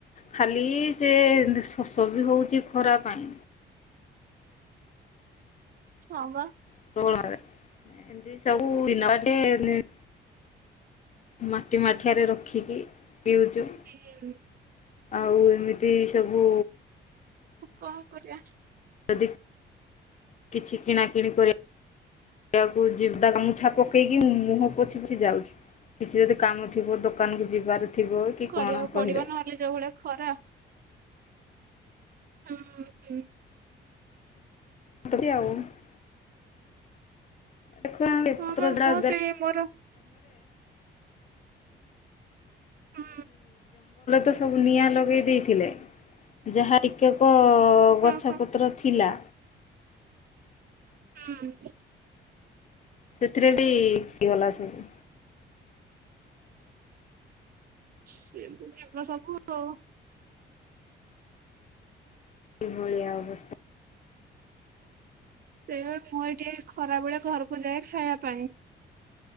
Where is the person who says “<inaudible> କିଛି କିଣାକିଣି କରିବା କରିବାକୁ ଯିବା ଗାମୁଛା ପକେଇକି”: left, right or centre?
Left